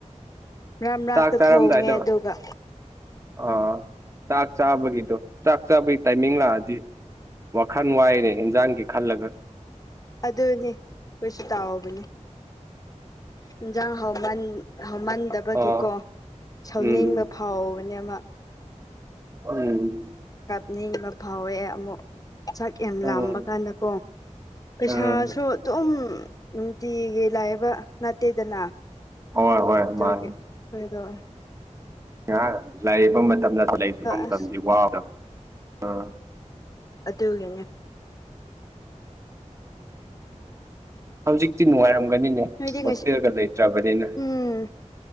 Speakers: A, on the left; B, on the right.
A: ꯃꯥꯔꯛ ꯃꯥꯔꯛꯇ
B: ꯆꯥꯛ ꯆꯥꯔꯝꯗꯥꯏꯗꯣ
A: ꯊꯣꯡꯉꯦ ꯑꯗꯨꯒ
B: ꯑꯥ ꯆꯥꯛ ꯆꯥꯕꯒꯤꯗꯣ ꯆꯥꯛ ꯆꯥꯕꯒꯤ ꯇꯥꯏꯃꯤꯡ ꯂꯥꯛꯑꯗꯤ ꯋꯥꯈꯜ ꯋꯥꯏꯅꯦ ꯌꯦꯟꯖꯥꯡꯒꯤ ꯈꯜꯂꯒ
A: ꯑꯗꯨꯅꯦ ꯈꯣꯏꯁꯨ ꯇꯧꯕꯅꯦ ꯏꯟꯖꯥꯡ ꯍꯥꯎꯃꯟ ꯍꯧꯎꯃꯟꯗꯕꯒꯤꯀꯣ
B: ꯑꯥ
A: ꯁꯥꯎꯅꯤꯡꯕ
B: ꯎꯝ
A: ꯐꯥꯎꯕꯅꯦꯕ ꯑꯃ
B: ꯎꯝ
A: ꯀꯥꯞꯅꯤꯡꯕ ꯐꯥꯎꯋꯦ ꯑꯃꯨꯛ ꯆꯥꯛ ꯌꯥꯝ
B: ꯎꯝ ꯎꯝ
A: ꯂꯥꯝꯕ ꯀꯥꯟꯗꯀꯣ ꯄꯩꯁꯥꯁꯨ
B: ꯎꯝ
A: ꯑꯗꯨꯝ ꯅꯨꯡꯇꯤꯒꯤ ꯂꯥꯛꯑꯦꯕ ꯅꯠꯇꯦꯗꯥꯅ
B: ꯍꯣꯏ ꯍꯣꯏ
A: ꯑꯗꯨꯒꯤ
B: ꯃꯥꯅꯤ
A: ꯊꯣꯏꯗꯣꯛꯑꯣ
B: ꯉꯥꯏꯍꯥꯛ ꯂꯥꯏ ꯌꯦꯛꯕ ꯃꯇꯝꯗ ꯂꯥꯢ ꯌꯦꯛꯄꯥ ꯃꯇꯝꯗꯤ
A: ꯑꯁ
B: ꯋꯥꯕꯗꯥꯃꯦ ꯑꯥ
A: ꯑꯗꯨꯒꯤꯅꯦ
B: ꯍꯧꯖꯤꯛꯇꯤ ꯅꯨꯡꯉꯥꯏꯔꯝꯒꯅꯤꯅꯦ
A: ꯅꯣꯏꯗꯤ
B: ꯍꯣꯁꯇꯦꯜꯒ
A: ꯉꯁꯤ
B: ꯂꯩꯈ꯭ꯔꯕꯅꯤꯅ
A: ꯎꯝ